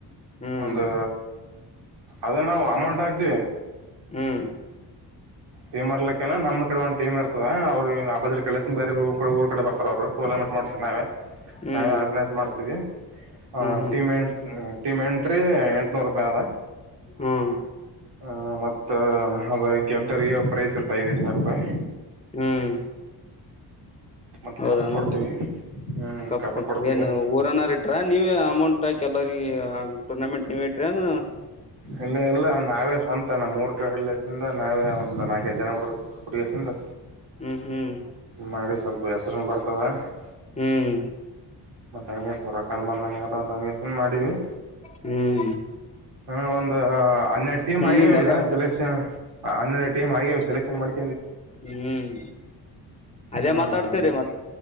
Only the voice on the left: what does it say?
ಹ್ಮ್
ಹ್ಮ್.
ಹ್ಮ್
ಹ್ಮ್ ಹ್ಮ್
ಹ್ಮ್
ಹ್ಮ್.
ಹೌದಾನ
ಕಪ್ ಕೊಡ್ತಿವಿ
ಏನ ಊರನಾರ್ ಇಟ್ರಾ ನೀವೆ ಅಮೌಂಟ್ ಆಕಿ ಎಲ್ಲ ಈಯಾಗು ಟೂರ್ನಮೆಂಟ್ ನೀವೆ ಇಟ್ರೇನೂ.
ಹ್ಮ್ ಹ್ಮ್
ಹ್ಮ್
ಹ್ಮ್
ಹ್ಮ್
ಅದೇ
ಹ್ಮ್ ಅದೇ
ಮಾತಾಡ್ತೀರಿ ಮತ್ತ